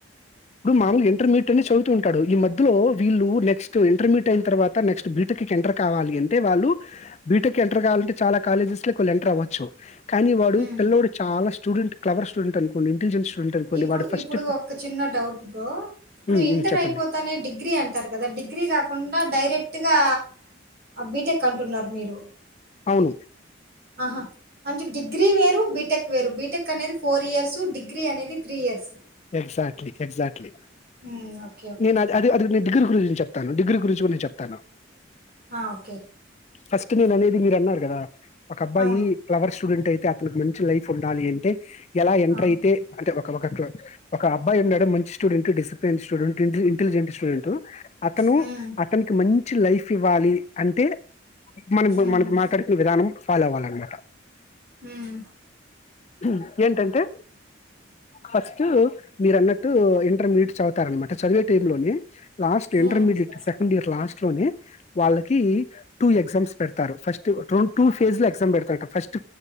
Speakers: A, on the left; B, on the right.
A: ఇప్పుడు మామూలుగా ఇంటర్మీట్ అని చదువుతూ ఉంటాడు ఈ మధ్యలో వీళ్ళు నెక్స్ట్ ఇంటర్మీట్ అయిన తర్వాత నెక్స్ట్ బీటెక్ కి ఎంటర్ కావాలి అంటే వాళ్ళు బీటెక్ ఎంటర్ కావాలంటే చాలా కాలేజెస్ లోకి వాళ్ళ ఎంటర్ అవ్వచ్చు. కాని వాడు
B: హ్మ్.
A: పిల్లోడు చాలా స్టూడెంట్ క్లవర్ స్టూడెంట్ అనుకోండి ఇంటెజె రుంటది కొన్ని
B: ఇప్పుడు
A: వాడు ఫస్ట్
B: ఇప్పుడు ఒక చిన్న డౌట్ బ్రో ఇప్పుడు
A: హ్మ్. హ్మ్.
B: ఇంటర్
A: చెప్పండి.
B: అయిపోతనే డిగ్రీ అంటారు కదా డిగ్రీ గా కుండా డైరెక్ట్ గా బీటెక్ అంటున్నారు మీరు
A: అవును
B: ఆహా అంటే డిగ్రీ వేరు బీటెక్ వేరు బీటెక్ అనేది ఫోర్ ఇయర్స్ డిగ్రీ అనేది త్రీ ఇయర్స్
A: ఎగ్జాట్లి ఎగ్జాట్లి
B: హ్మ్. ఓకే. ఓకే.
A: నేను అద అదే దిగురు గురించి చెప్తాను డిగ్రీ గురించి నేను చెప్తాను
B: ఆ! ఓకే.
A: ఫస్ట్ నేను అనేది మీరు అన్నారు గదా ఒక అబ్బాయి
B: అవును.
A: ఫ్లవర్ స్టూడెంట్ టయితే అతనికి మంచి లైఫ్ ఉండాలి అంటే ఎలా ఎంటర్
B: ఆ!
A: అయితే అంత అదొక చైర్ ఒక అబ్బాయి ఉన్నాడు మంచి student discipline student intelligent student అతను
B: హ్మ్.
A: అతనికి మంచి లైఫ్ ఇవ్వాలి అంటే మనం
B: హ్మ్.
A: ఇప్ మనం మాట్లాడుకునే విధానం ఫాలో అవ్వాలన్నమాట
B: హ్మ్.
A: హుమ్ ఏంటంటే ఫస్ట్ అన్నట్టు ఇంటర్మీడియట్ చదువుతారన్నమాట చదివే టైమ్ లోనే లాస్ట్
B: హ్మ్.
A: ఇంటర్మీడియట్ సెకండ్ ఇయర్ లాస్ట్ లోనే వాళ్ళకీ టూ ఎగ్జామ్స్ పెడతాడు ఫస్ట్ రె టూ ఫేజ్ లో ఎగ్జామ్ పెడతాడు ఫస్ట్